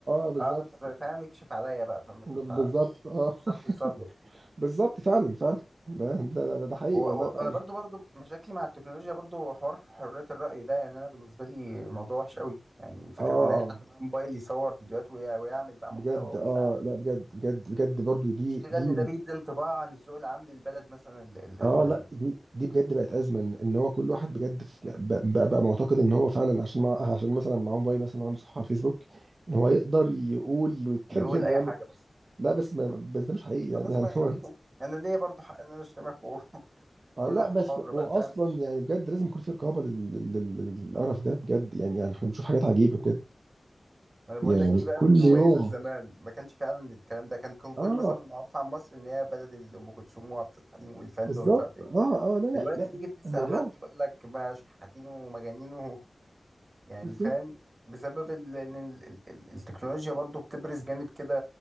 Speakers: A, on the right; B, on the right.
A: اه بالظبط
B: اه انت فاهم يكشف عليا بقى فما
A: بالظبط
B: تت-
A: اه
B: مش
A: <laughs>
B: عارف توصل له
A: بالظبط فعلا فعلا ده ده ده, ده حقيقي
B: و- و-
A: والله فعلا
B: وانا برضو برضو مشاكلي مع التكنولوجيا برضو حوار حرية الرأي ده يعني انا بالنسبة لي موضوع وحش قوي يعني فكرة
A: اه
B: ان اي حد معاه موبايل يصور فيديوهات ويع- ويعمل بقى
A: بجد
B: محتوى وبتاع
A: اه لا بجد بجد بجد برضو دي
B: المشكلة
A: دي
B: ان ده بيدي انطباع عن الذوق العام للبلد مثلا اللي اللي
A: اه
B: احنا
A: لا
B: فيه
A: دي دي بجد بقت ازمه ان إن هو كل واحد بجد في- بقى, بقى, بقى معتقد ان هو فعلا عشان مع عشان مثلا معاه موبايل مثلا وعنده صفحه على الفيسبوك ان هو يقدر يقول ويتكلم
B: يقول اي
A: ويعمل
B: حاجة بقى
A: لا بس ما بس ده مش حقيقي يعني
B: خلاص
A: يعني
B: ما
A: هو
B: ما- <laughs> انا ليا برضو حق ان انا اشتمك وكل
A: آه لا
B: <laughs> واحد
A: بس
B: حر بقى
A: هو
B: فاهم
A: اصلا يعني بجد لازم يكون في رقابه لل- لل- لل- للقرف ده بجد يعني يعني احنا بنشوف حاجات عجيبه بجد
B: ما انا بقول
A: يعني
B: لك دي بقى
A: كل
B: من
A: يوم
B: مميزات زمان ما كانش فعلا الكلام ده كان كان كل
A: اه
B: مثلا معروف عن مصر ان هي بلد ال- ام كلثوم وعبد الحليم والفن
A: بالظبط
B: ومش عارف ايه
A: اه اه لا لا
B: دلوقتي
A: لا
B: تيجي تسال
A: الموضوع
B: حد يقول لك ما شحاتين ومجانين و- <laughs> يعني
A: بالظبط
B: فاهم بسبب ال- ان ال- ال- ال- التكنولوجيا برضو بتبرز جانب كده